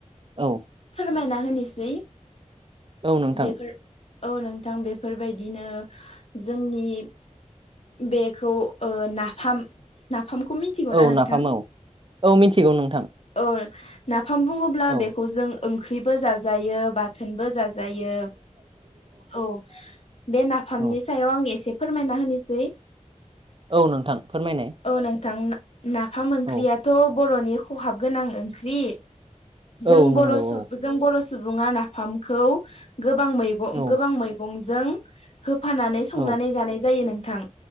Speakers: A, on the right; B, on the left.
A: औ
B: फोरमायना होनोसै।
A: औ नोंथां।
B: बेफोर औ नोंथां बेफोरबायदिनो जोंनि बेखौ ओ नाफाम नाफामखौ मिथिगौ
A: औ
B: ना नोंथां।
A: नाफाम औ औ मिथिगौ नोंथां
B: औ नाफाम बुङोब्ला
A: औ
B: बेखौ जों। ओंख्रिबो जाजायो बाथोनबो जाजायो। औ बे नाफामनि
A: औ
B: सायाव आं एसे फोरमायना होनोसै
A: औ नोंथां फोरमायनाय
B: औ नोंथां नाफाम ओंख्रियाथ'
A: औ
B: बर'नि खहाब गोनां ओंख्रि जों
A: औ
B: बर'
A: नंगौ औ
B: जों बर' सुबुङा नाफामखौ गोबां मैगं
A: औ
B: गोबां मैगंजों होफानानै संनानै
A: औ
B: जानाय जायो नोंथां